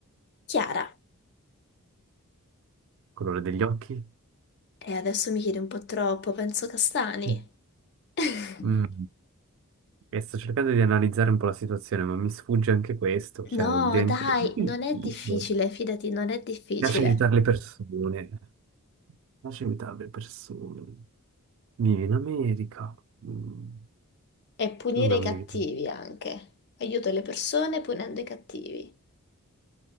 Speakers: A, on the left (about 50°); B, on the right (about 60°).
A: Chiara.
B: Colore degli occhi?
A: E adesso mi chiedi un po' troppo, penso castani.
B: Mm.
A: <laughs>
B: Mm. E sto cercando di analizzare un po' la situazione, ma mi sfugge anche questo, cioè
A: No,
B: il dente
A: dai,
B: è difficile.
A: non è difficile, fidati, non è difficile.
B: Piace aiutare le persone, piace aiutare le persone. Vieni in America, Mm,
A: È punire
B: non
A: i cattivi
B: mi
A: anche. Aiuto le persone punendo i cattivi.